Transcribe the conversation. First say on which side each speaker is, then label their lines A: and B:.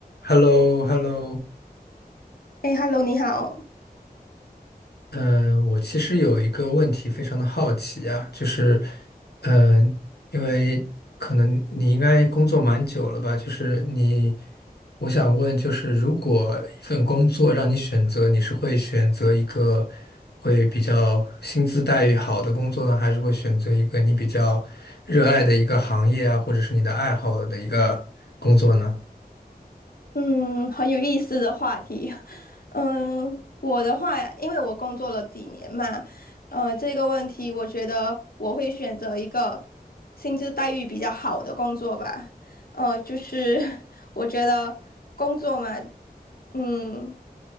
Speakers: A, on the left (about 90°); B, on the left (about 65°).
A: h e l l o h e l l o
B: 哎，Hello，你好。
A: 呃，我其实有一个问题非常的好奇啊，就是，嗯，因为可能你应该工作蛮久了吧，就是你，我想问，就是如果一份工作让你选择，你是会选择一个会比较薪资待遇好的工作呢，还是会选择一个你比较热爱的一个行业啊，或者是你的爱好的一个工作呢？
B: 嗯，很有意思的话题。<laughs> 嗯，我的话，因为我工作了几年嘛，呃，这个问题我觉得我会选择一个薪资待遇比较好的工作吧。呃，就是 <laughs> 我觉得工作嘛，嗯。